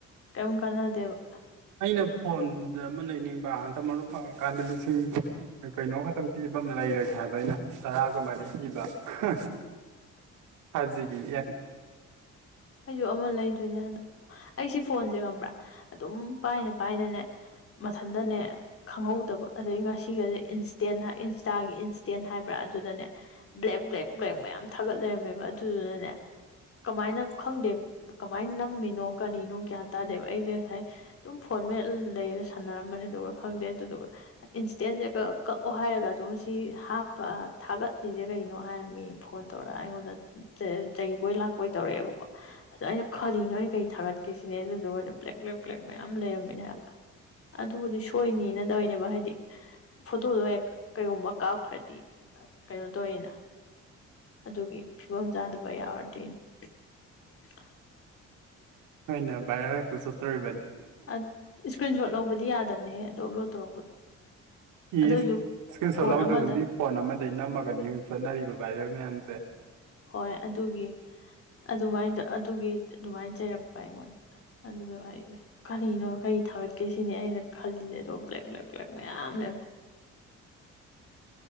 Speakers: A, on the left; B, on the right.
A: ꯀꯩꯝ ꯀꯥꯟꯅꯗꯦꯕ ꯑꯩꯈꯣꯏꯗ
B: ꯑꯩꯅ ꯐꯣꯟꯗ ꯑꯃ ꯂꯩꯅꯤꯡꯕ ꯍꯟꯇ ꯃꯔꯨꯞ ꯐꯪꯉꯀꯥꯟꯗ ꯂꯤꯁꯤꯡ ꯀꯩꯅꯣ ꯈꯛꯇꯪ ꯄꯤꯕ ꯑꯃ ꯂꯩꯔꯒꯦ ꯍꯥꯏꯕ ꯑꯩꯅ ꯇꯔꯥꯒ ꯃꯔꯤ ꯄꯤꯕ <unintelligible> ꯍꯥꯖꯤꯒꯤ <unintelligible> <inaudible>
A: ꯑꯩꯗꯣ ꯑꯃ ꯂꯩꯗꯣꯏꯅꯦ ꯍꯟꯗꯛ ꯑꯩꯁꯤ ꯐꯣꯟꯁꯦ ꯉꯝꯕ꯭ꯔꯥ ꯑꯗꯨꯝ ꯄꯥꯏꯅ ꯄꯥꯏꯅꯅꯦ ꯃꯊꯟꯗꯅꯦ ꯈꯪꯍꯧꯗꯕ ꯑꯗꯩ ꯉꯁꯤꯒꯁꯦ ꯏꯟꯁꯇꯦꯟ ꯏꯟꯁꯇꯥꯒꯤ ꯏꯟꯁꯇꯦꯟ ꯍꯥꯏꯕ꯭ꯔꯥ ꯑꯗꯨꯗꯅꯦ ꯕ꯭ꯂꯦꯛ ꯕ꯭ꯂꯦꯛ ꯕ꯭ꯂꯦꯛ ꯃꯌꯥꯝ ꯊꯥꯒꯠ ꯂꯩꯔꯝꯃꯦꯕ ꯑꯗꯨꯗꯨꯅꯅꯦ ꯀꯃꯥꯏꯅ ꯈꯪꯗꯦ ꯀꯃꯥꯏꯅ ꯅꯝꯃꯤꯅꯣ ꯀꯔꯤꯅꯣ ꯒꯌꯥꯟ ꯇꯥꯗꯦꯕ ꯑꯩꯁꯦ ꯉꯁꯥꯏ ꯑꯗꯨꯝ ꯐꯣꯟ ꯃꯦꯠꯂ ꯂꯩꯒ ꯁꯥꯟꯅꯔꯝꯃꯅꯤꯗꯨꯒ ꯈꯪꯗꯦ ꯑꯗꯨꯗꯨꯒ ꯏꯟꯁꯇꯦꯟꯁꯦ ꯀꯛ ꯀꯛꯑꯣ ꯍꯥꯏꯔꯒ ꯑꯗꯨꯝ ꯁꯤ ꯍꯥꯞꯄ ꯊꯥꯒꯠꯂꯤꯁꯦ ꯀꯩꯅꯣ ꯍꯥꯏꯔꯝꯃꯤ ꯐꯣꯟ ꯇꯧꯔꯒ ꯑꯩꯉꯣꯟꯗ ꯆ ꯆꯩꯕꯣꯏ ꯂꯥꯛꯄꯣꯏ ꯇꯧꯔꯛꯑꯦꯕ <unintelligible> <unintelligible> ꯑꯗꯣ ꯑꯩꯅ ꯈꯔꯤꯅꯣ ꯑꯩ ꯀꯩ ꯊꯥꯒꯠꯀꯦꯁꯤꯅꯦ ꯑꯗꯨꯗꯨꯒꯅ ꯕ꯭ꯂꯦꯛ ꯕ꯭ꯂꯦꯛ ꯕ꯭ꯂꯦꯛ ꯃꯌꯥꯝ ꯂꯩꯔꯝꯃꯤꯅꯦ ꯍꯥꯏꯕ ꯑꯗꯨꯕꯨꯗꯤ ꯁꯣꯏꯅꯤꯅ ꯇꯧꯏꯅꯦꯕ ꯍꯥꯏꯗꯤ ꯐꯣꯇꯣꯗꯣ ꯍꯦꯛ ꯀꯩꯒꯨꯝꯕ ꯀꯥꯞꯈ꯭ꯔꯗꯤ ꯀꯩꯅꯣ ꯇꯧꯏꯅ ꯑꯗꯨꯒꯤ ꯐꯤꯕꯝ ꯆꯥꯗꯕ ꯌꯥꯎꯔꯗꯤ <unintelligible> ꯑ <unintelligible> <inaudible>
B: ꯍꯣꯏꯅꯦ ꯚꯥꯏꯔꯦꯜ ꯍꯦꯛꯇ ꯆꯠꯇꯣꯔꯤꯕꯅꯤ
A: <unintelligible> ꯏꯁꯀ꯭ꯔꯤꯟ ꯁꯣꯠ ꯂꯧꯕꯗꯤ ꯌꯥꯗꯕꯅꯦꯍꯦ ꯑꯗꯣ ꯑꯞꯂꯣꯗ ꯇꯧꯔꯛꯄꯗꯣ ꯑꯗꯨꯑꯣꯏꯁꯨ
B: ꯏꯁ ꯏꯁꯀ꯭ꯔꯤꯟ ꯁꯣꯠ
A: ꯐꯣꯟ
B: ꯂꯧꯗ꯭ꯔꯁꯨ
A: ꯑꯃꯗ
B: ꯃꯤ ꯐꯣꯟ ꯑꯃꯗꯒꯩ ꯅꯝꯃꯒꯅꯤ ꯍꯧꯖꯤꯛ ꯆꯠꯅꯔꯤꯕ ꯚꯥꯏꯔꯦꯜ ꯃꯌꯥꯝꯁꯦ
A: ꯍꯣꯏ ꯑꯗꯨꯒꯤ ꯑꯗꯨꯃꯥꯏꯗ ꯑꯗꯨꯒꯤ ꯑꯗꯨꯃꯥꯏꯅ ꯆꯩꯔꯛꯄ ꯑꯩꯉꯣꯟꯗ ꯑꯗꯨꯖꯨ <unintelligible> ꯍꯥꯏꯖꯦ ꯀꯔꯤꯅꯣ ꯀꯔꯤ ꯊꯥꯒꯠꯀꯦ ꯁꯤꯅꯤ ꯑꯩꯅ ꯈꯜꯂꯤꯁꯦ ꯑꯗꯣ ꯕ꯭ꯂꯦꯛ ꯕ꯭ꯂꯦꯛ ꯕ꯭ꯂꯦꯛ ꯃꯌꯥꯝ ꯂꯩꯌꯝꯃꯦ <unintelligible>